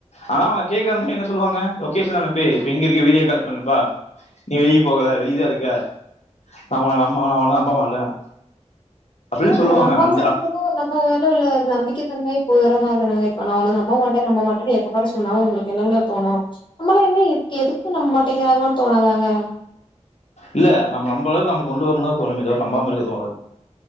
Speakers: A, on the left; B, on the left.
A: ஆனா அவுங்க கேக்குற நிமிசத்துல என்ன சொல்லுவாங்க லொகேஷனுப்பே இப்ப எங்க இருக்க வீடியோ கால் பண்ணுப்பா நீ வெளியே போகல வெளியதான் இருக்க நான் உன நம நான் உனும் நம்ப மாட்டேன் அப்படின்னு
B: எங்க
A: சொல்லுவாங்க
B: நம்மாம
A: அந்த
B: எடுக்கறத நம்ம இல்ல உள்ள ஒரு நம்பிக்கை தன்மை போற மாரி தானங்க இப்ப நா ஒன்ன நம்பமாட்டே நம்ம மாட்டேன்னு எப்பாரு சொன்னாலும் உங்களுக்கு என்னங்க தோணும் நம்மள என்ன இதுக்கு எதுக்கு நம்ப மாட்டேங்கிறாங்கன்னு தோணாதாங்க
A: இல்ல நம்ம நம்பம அளவுக்கு நம்ம கொண்டு வரணும்தா தோணுமே தவிர எ நம்பாம இருக்க தோணாது